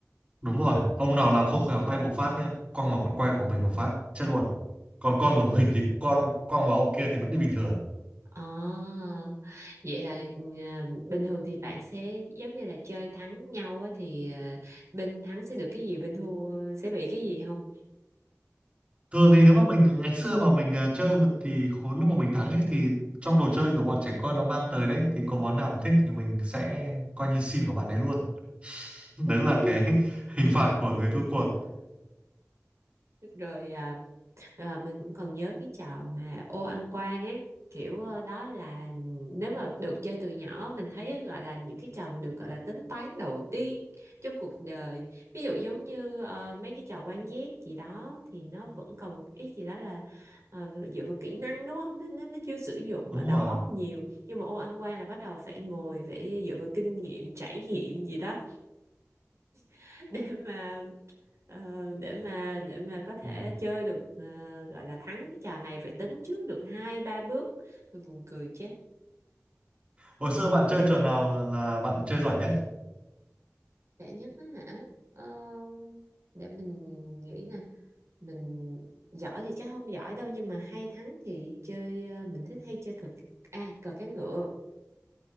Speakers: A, on the right; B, on the right.
A: đúng rồi ông nào làm không khéo tay một phát nhá quăng vào con quay của mình một phát chết luôn còn con của mình thì con quăng vào ông kia thì vẫn đi bình thường
B: À, vậy là à, bình thường thì bạn sẽ giống như là chơi thắng nhau á, thì à, bên thắng sẽ được cái gì bên thua sẽ bị cái gì không?
A: thường thì nếu mà mình ngày xưa mà mình à, chơi mà thì hồi lúc mà mình thắng ấy thì trong đồ chơi của bọn trẻ con nó mang tới đấy thì có món nào mình thích thì mình sẽ coi như xin của bạn đấy luôn <laughs>
B: <laughs>
A: đấy là cái <laughs> hình phạt của người thua cuộc
B: Rồi à, Ờ, mình vẫn còn nhớ cái trò mà ô ăn quan ấy kiểu ờ, đó là nếu mà được chơi từ nhỏ mình thấy gọi là những cái trò mình được gọi là tính toán đầu tiên trong cuộc đời ví dụ giống như ờ, mấy cái trò quan giác gì đó thì nó vẫn còn một ít gì đó là ờ, dựa vào kỹ năng đúng không nó, nó, nó chưa sử dụng
A: Đúng
B: mà đầu
A: rồi.
B: óc nhiều nhưng mà ô ăn quan là bắt đầu phải ngồi phải dựa vào kinh nghiệm trải nghiệm gì đó <laughs> để mà Ờ, để mà để mà có thể
A: Ừ.
B: chơi được ờ, gọi là thắng cái trò này phải tính trước được hai ba bước mình buồn cười chết
A: Hồi xưa bạn chơi trò nào là bạn chơi giỏi nhất?
B: dễ nhất á hả Ờ, để mình nghĩ nè mình giỏi thì chắc không giỏi đâu nhưng mà hay thắng thì chơi ờ, mình thích hay chơi cờ à cờ cá ngựa